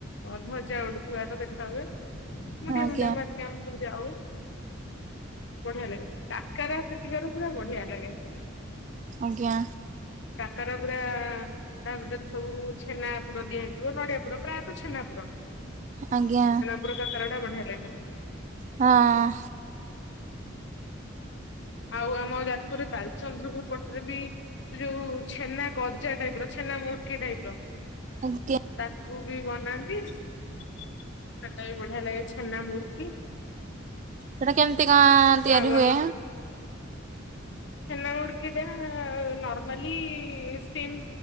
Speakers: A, on the left; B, on the right.
A: ଧ୍ୱଜା ଉଡୁଥିବାର ଦେଖା ହୁଏ। ମୁଣ୍ଡିଆ
B: ଆଜ୍ଞା
A: ଫୁଣ୍ଡିଆ ମାରିକି ଆମେ ଯାଉ ବଢିଆ ଲାଗେ, କାକରା ସେଠିକାର ପୁରା ବଢିଆ ଲାଗେ।
B: ଆଜ୍ଞା
A: କାକରା ପୂରା ତା ଭିତରେ ତ ସବୁ ଛେନାପୂର ଦିଆ ହେଇଥିବ ନଡିଆ ପୂର ପ୍ରାୟତଃ ଛେନା ପୂର।
B: ଆଜ୍ଞା
A: ପୂର କାକରା ଟା ବଢ଼ିଆ ଲାଗେ।
B: ହଁ
A: ଆଉ ଆମ ଯାଜପୁରରେ ବାଲିଚନ୍ଦ୍ରପୁର ପଟରେ ବି ଯୋଉ ଛେନା ଗଜା ଟାଇପ ର ଛେନା ମୁଡ଼କି ଟାଇପ ର
B: ଆଜ୍ଞା
A: ତାକୁ ବି ବନାନ୍ତି ସକାଳେ ବି ବଢାଆ ଲାଗେ ଛେନା ମୂଁଡକି।
B: ସେଟା କେମତି କଁ ତିଆରି
A: ଆଉ ଆମର
B: ହୁଏ ହାଁ
A: ଛେନା ମୁଡକି ଟା ନାର୍ମଲି ଷ୍ଟିମ୍